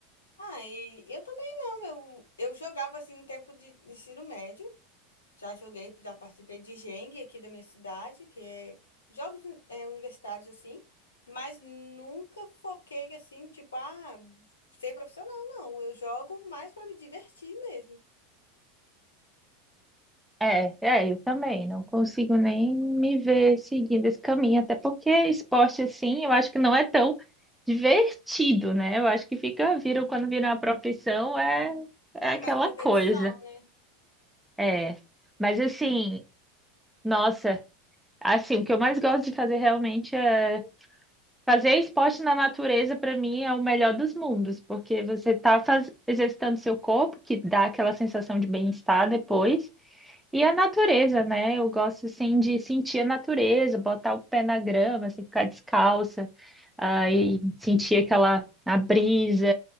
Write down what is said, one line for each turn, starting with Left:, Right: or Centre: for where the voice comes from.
Left: Ah, e eu também não. Eu, eu jogava assim no tempo de ensino médio. Já joguei, já participei de Jengue aqui da minha cidade, que é jogos eh, universitários assim, mas nunca foquei assim, tipo, ah, ser profissional, não. Eu jogo mais para me divertir mesmo.
Centre: É, é, eu também não consigo nem me ver seguindo esse caminho, até porque esporte assim, eu acho que não é tão divertido, né? Eu acho que fica, viram quando vira uma profissão, é, é
Left: É,
Centre: aquela
Left: mais competição,
Centre: coisa.
Left: né?
Centre: É, mas assim, nossa, assim, o que eu mais gosto de fazer realmente é fazer esporte na natureza, para mim, é o melhor dos mundos, porque você tá faz... exercitando seu corpo, que dá aquela sensação de bem-estar depois. E a natureza, né? Eu gosto assim de sentir a natureza, botar o pé na grama, assim, ficar descalça, ah, e sentir aquela a brisa